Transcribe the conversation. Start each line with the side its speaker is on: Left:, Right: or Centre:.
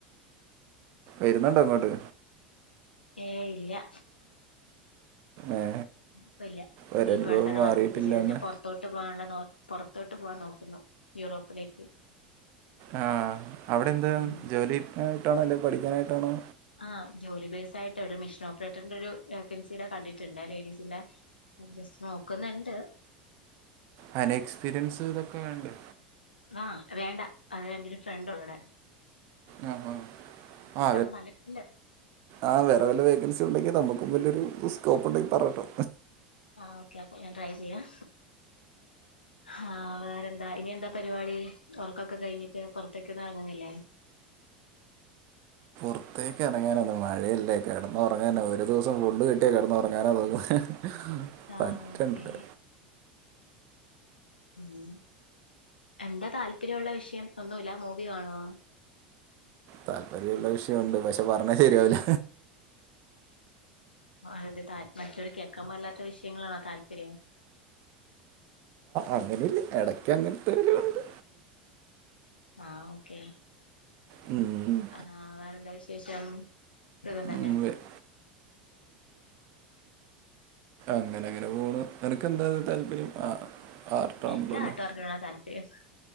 Right: വരുന്നുണ്ടോങ്ങോട്ട്
Left: ഏയ്‌ ഇല്ല
Right: ഏ
Left: ഇപ്പല്ല്യ
Right: ഒരനുഭവം
Left: ഇപ്പടെ തന്നെ
Right: മാറിയിട്ടില്ല
Left: വർക്കൊക്കെ ചെയ്ത്
Right: എന്ന്
Left: ഞാ പോർത്തോട്ട് പോവാനുള്ള നോ പൊറത്തോട്ട് പോവാൻ നോക്കുന്നു യൂറോപ്പിലേക്ക്
Right: ആ അവടെന്താ
Left: ഉം
Right: ജോലി ആയിട്ടാണോ അല്ലേ പഠിക്കാനായിട്ടാണോ
Left: ആ ജോലി ബൈസായിട്ട വടെ മെഷീനോപ്രൈറ്ററിൻ്റൊരു വേക്കൻസി ടെ കണ്ടിട്ട്ണ്ട് ആ ലേഡീസിൻ്റെ ജസ്റ്റ്‌ നോക്ക് ന്ന്ണ്ട്
Right: അയിന് എക്സ്പീരിയൻസ് ഇതൊക്കെ വേണ്ടേ
Left: ആ വേണ്ട അവടെൻ്റൊരു ഫ്രണ്ട് ഉണ്ടവടെ
Right: ആ ആ
Left: പറഞ്ഞിട്ടുണ്ട്
Right: ആ വെ വേറെ വല്ല വേക്കൻസി ഉണ്ടങ്കി നമുക്കും വെല്ല സ്ക്കോപ്പ് ണ്ടെങ്കി പറട്ടോ
Left: ആ ഓക്കേ ഓക്കേ ഞാൻ ട്രൈ ചെയ്യാം ഹാ വേറെ എന്താ ഇനി എന്താ പരിവടി ഒറക്കൊക്ക കഴിഞ്ഞിട്ട് പുറത്തേക്കൊന്നും ഇറങ്ങുന്നില്ലേ
Right: പുറത്തേക്കിറങ്ങാനൊന്നും മഴ യല്ലെ കെടന്നുറങ്ങന്നെ ഒരു ദിവസം ഫുള്ള് കിട്ട്യാ കെടന്നുറങ്ങാന തോന്ന
Left: ആഹ്
Right: പറ്റണ്ടേ
Left: ഓക്കെ ഉം എന്താ താല്പര്യം ഉള്ള വിഷയം ഒന്നൂല്ല മൂവി കാണുവോ
Right: താല്പര്യം ഉള്ള വിഷയം ഉണ്ട് പക്ഷെ പറഞ്ഞാ ശരിയാവൂല
Left: അതെന്താ താൽ മറ്റുള്ളോർ കേൾക്കാൻ പാടില്ലാത്ത വിഷയങ്ങളാണോ താല്പര്യം
Right: അങ്ങനെ ഒന്നും ഇല്ല ഇടക്ക്‌ അങ്ങനെത്തെ ഒരു ഇതും ഉണ്ട്
Left: ആ ഓക്കേ
Right: ഉം
Left: ആ വേറെഎന്താ വിശേഷം? സുഖം തന്നെ
Right: ഉം, വെ- അങ്ങനങ്ങനെ പോണു. നിനക്ക് എന്താ അത് താല്പര്യം. ആ ആർട്ടാണല്ലോ
Left: എനിക്ക്
Right: അല്ലേ
Left: ആർട്ട് വർക്കിനോടാ താ യെസ്